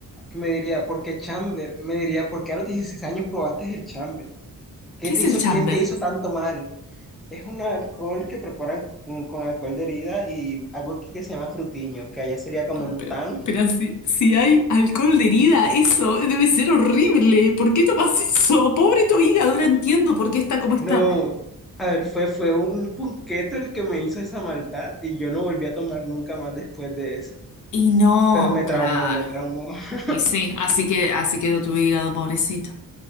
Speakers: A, in the centre; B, on the left (about 60°).
A: me diría, ¿por qué chamber? Me diría, ¿por qué a los 16 años probaste el chamber? ¿Qué
B: ¿Qué
A: te
B: es
A: hizo,
B: el chamber?
A: quién te hizo tanto mal? Es un alcohol que preparan con, con alcohol de herida y algo que se llama frutiño, que allá sería como
B: No,
A: un
B: pero,
A: tan
B: pero si, si hay alcohol de herida, eso debe ser horrible. ¿Por qué tomas eso? Pobre tu hígado, ahora entiendo por qué está como está.
A: No, a ver, fue, fue un punqueto el que me hizo esa maldad y yo no volví a tomar nunca más después de eso.
B: Y no,
A: Pero me traumó,
B: claro.
A: me traumó. <laughs>
B: Y sí, así que así quedó tu hígado, pobrecito.